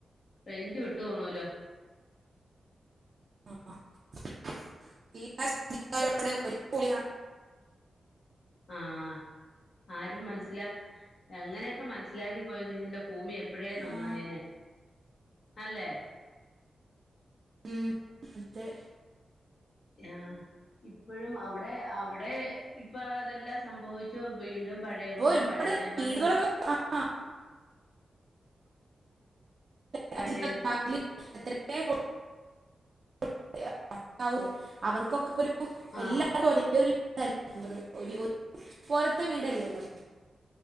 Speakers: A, on the left; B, on the right.
A: റൈഞ്ച് വിട്ടു പോണോലോ?
B: <unintelligible>
A: ആഹ് ആരും മൻസ്സിലാ എങ്ങനെയൊക്കെ മൻസ്സിലാക്കി പോയി കഴിഞ്ഞന്റെ ഭൂമി എ പ്പഴേ നന്നായേനെ.
B: ആ,
A: അല്ലേ?
B: ഉം അതെ.
A: ആഹ് ഇപ്പഴും അവടെ അവടെ ഇപ്പൊ അതെല്ലാം സംഭവിച്ചു വീ ണ്ടും പഴേപോലെ
B: അപ്പൊ ഒരുപാട്
A: പഴേതിനെക്കാലും.
B: വീടുകളൊക്കെ ആ, <unintelligible>
A: പഴയ
B: നാട്ട്ല് <unintelligible> അവർക്കൊക്കെപ്പൊര്
A: ആഹ്
B: എല്ലാർക്കും ഒരേ ഒര് <unintelligible> പോലത്തെ വീടല്ലേ ഉള്ള.